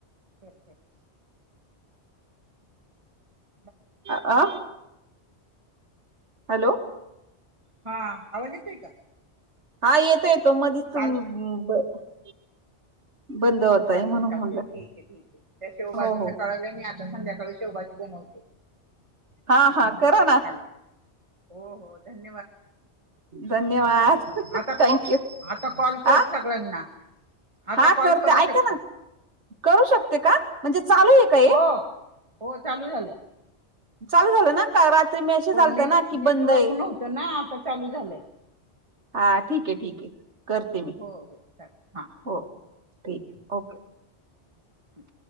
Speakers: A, on the right; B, on the right.
A: फर फर ब
B: अ अह हॅलो
A: हा आवाज येतय का
B: हा येतो येतो मधच
A: चाल
B: तुम्ही बंद होताय
A: हो चालते
B: म्हणून
A: चालते
B: म्हणलं
A: ठीक आहे ठीके त्या शेवभजीचं
B: हो हो
A: कळलंय मी आता संध्याकाळी शेवाजी बनवते
B: हा हा करा ना
A: चालते हो हो धन
B: धन्यवाद
A: आता
B: थँक्यू
A: आता कॉल कर
B: आ
A: सगळ्यांना आता
B: हा
A: कॉल
B: करते
A: करू
B: ऐका
A: शकते
B: ना करू शकते का म्हणजे चालू आहे का हे
A: हो हो चालू झाले
B: चालू झालं ना का रात्री मी अे चालत
A: नेट
B: ना की
A: नेटवर्क
B: बंद आहे
A: नव्हतं ना आता चालू झालंय
B: हा ठीक आहे ठीक आहे करते
A: हो
B: मी
A: हो चालेल हां
B: हो ठीक ओके
A: हम्